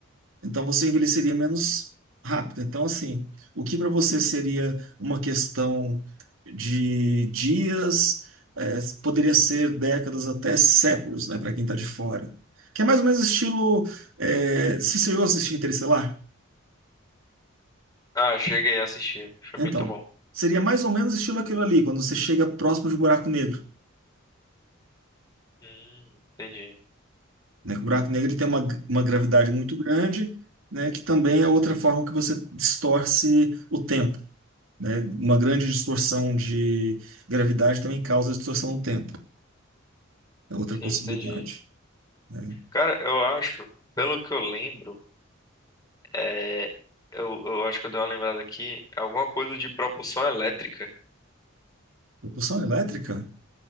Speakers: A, on the right; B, on the left.
A: Então você envelheceria menos rápido. Então, assim, o que para você seria uma questão de dias, eh, poderia ser décadas até séculos, né, para quem está de fora. Que é mais ou menos estilo. eh, se você chegou a assistir Interestelar?
B: Ah, cheguei a assistir. Foi
A: Então,
B: muito bom.
A: seria mais ou menos estilo aquilo ali, quando você chega próximo de um buraco negro.
B: Hum, entendi.
A: Né? Que o buraco negro ele tem uma, uma gravidade muito grande, né, que também é outra forma que você distorce o tempo. né? Uma grande distorção de gravidade também causa distorção no tempo. É outra
B: Sim,
A: possibilidade,
B: entendi.
A: né?
B: Cara, eu acho, pelo que eu lembro, é, eu, eu acho que eu dei uma lembrada aqui, alguma coisa de propulsão elétrica.
A: Propulsão elétrica?